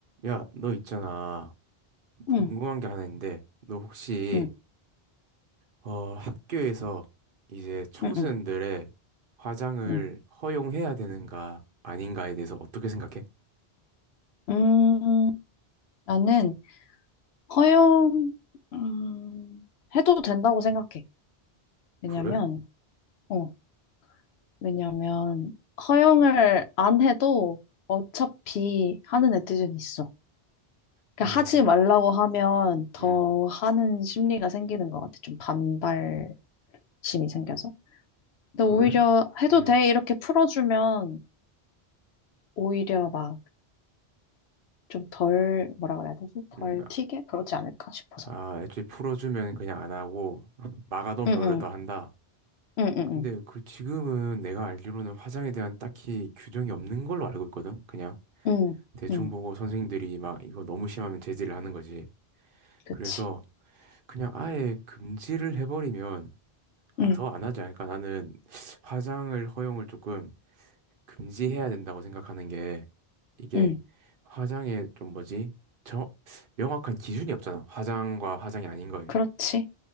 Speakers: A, on the right; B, on the left.
A: 야, 너 있잖아. 궁금한
B: 응,
A: 게 하나 있는데, 너 혹시,
B: 응,
A: 어, 학교에서 이제 청소년들의
B: 응, 응,
A: 화장을
B: 응.
A: 허용해야 되는가, 아닌가에 대해서 어떻게 생각해?
B: 음, 나는 허용, 음, 해도 된다고 생각해. 왜냐면,
A: 그래?
B: 어, 왜냐면, 허용을 안 해도 어차피 하는 애들은 있어. 그러니까
A: 어,
B: 하지 말라고 하면 더
A: 음,
B: 하는 심리가 생기는 것 같아. 좀 반발심이 생겨서. 근데
A: 그래?
B: 오히려 해도
A: 음,
B: 돼. 이렇게 풀어주면 오히려 막 좀 덜, 뭐라 그래야 되지? 덜
A: 음,
B: 튀게? 그렇지 않을까 싶어서.
A: 아, 애초에 풀어주면 그냥 안 하고, <laughs> 막아놓으면
B: 응응.
A: 오히려 더 한다.
B: 응, 응,
A: 근데 그 지금은 내가 알기로는 화장에 대한 딱히 규정이 없는 걸로 알고 있거든? 그냥
B: 응,
A: 대충
B: 응, 응,
A: 보고 선생님들이 막 이거 너무 심하면 제지를 하는 거지.
B: 그치.
A: 그래서, 그냥 아예 금지를 해버리면 아,
B: 응,
A: 더 안 하지 않을까? 나는 화장을 허용을 조금 금지해야 된다고 생각하는 게 이게
B: 응,
A: 화장에 좀 뭐지? 저 명확한 기준이 없잖아. 화장과 화장이 아닌 거에.
B: 그렇지.